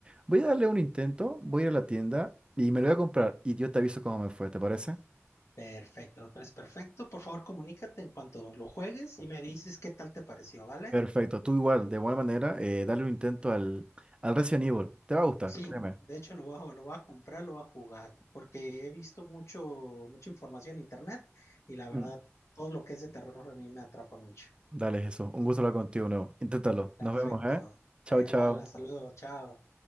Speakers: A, on the right (about 20°); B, on the left (about 70°).
A: Voy a darle un intento, voy a ir a la tienda y me lo voy a comprar y yo te aviso cómo me fue, ¿te parece?
B: Perfecto, pues perfecto. Por favor, comunícate en cuanto lo juegues y me dices qué tal te pareció, ¿vale?
A: Perfecto, tú igual, de igual manera, eh, dale un intento al, al Resident Evil. Te va a gustar,
B: Sí,
A: créeme.
B: de hecho lo voy a, lo voy a comprar, lo voy a jugar, porque he visto mucho, mucha información en internet y la verdad,
A: Mm.
B: todo lo que es de terror a mí me atrapa mucho.
A: Dale, Jesús, un gusto hablar contigo de nuevo. Inténtalo.
B: Perfecto.
A: Nos vemos, ¿eh? Chao,
B: Ahí
A: chao.
B: va, hasta luego, chao.